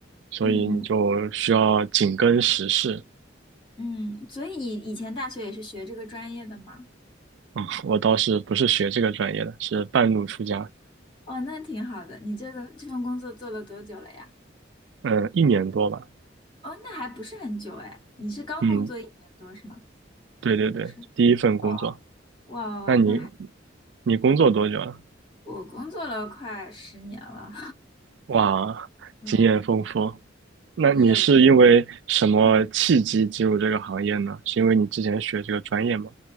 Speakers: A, on the right; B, on the left.
A: 所以你就需要紧跟时事。
B: 嗯嗯，所以你以前大学也是学这个专业的吗？
A: <laughs> 我倒是不是学这个专业的，是半路出家，
B: 哦，那挺好的。你这个这份工作做了多久了呀？
A: 嗯，一年多吧，
B: 哦，那还不是很久哎，你是刚工作一年多是吗？
A: 嗯，对对对，
B: 也不是。
A: 第一份工作。
B: 哦，哇哇哇，
A: 那你
B: 那还。
A: 你工作多久了？
B: 我工作了快十年了，
A: 哇，
B: <laughs> 嗯，
A: 经验丰富。那你是因为什么契机进入这个行业呢？
B: 也嗯
A: 是因为你之前学这个专业吗？